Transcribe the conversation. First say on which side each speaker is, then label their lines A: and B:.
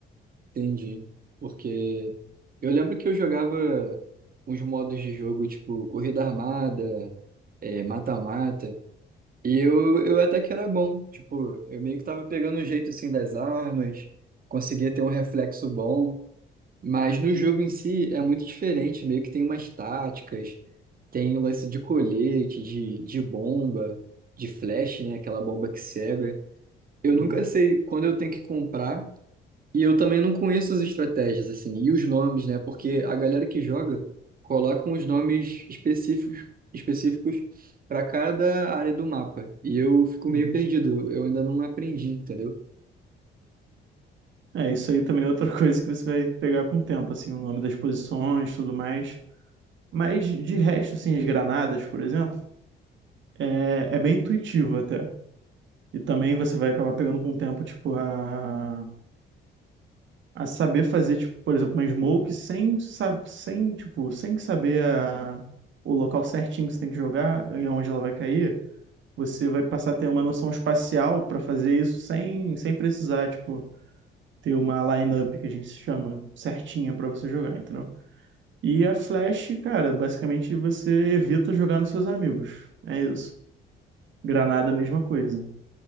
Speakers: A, on the right (about 45°); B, on the right (about 70°).
A: entendi. Porque eu lembro que eu jogava uns modos de jogo, tipo corrida armada, é, mata-mata, e eu, eu até que era bom. Tipo, eu meio que tava pegando o jeito assim das armas, conseguia ter um reflexo bom, mas no jogo em si é muito diferente, meio que tem umas táticas, tem o lance de colete, de, de bomba, de flash, né? Aquela bomba que cega. Eu
B: Uhum,
A: nunca sei quando eu tenho que comprar. E eu também não conheço as estratégias, assim, e os nomes, né? Porque a galera que joga coloca uns nomes específicos específicos para cada área do mapa. E eu fico
B: uhum.
A: meio perdido, eu ainda não aprendi, entendeu?
B: É, isso aí também é outra <laughs> coisa que você vai pegar com o tempo, assim, o nome das posições, tudo mais. Mas de resto, assim, as granadas, por exemplo, é, é bem intuitivo até. E também você vai acabar pegando com o tempo, tipo, a, a saber fazer, tipo, por exemplo, uma smoke sem, sab- sem, tipo, sem saber a- o local certinho que você tem que jogar e aonde ela vai cair. você vai passar a ter uma noção espacial para fazer isso sem, sem precisar, tipo, ter uma line up que a gente chama certinha para você jogar, entendeu? E a Flash, cara, basicamente você evita jogar nos seus amigos. É isso. Granada, mesma coisa.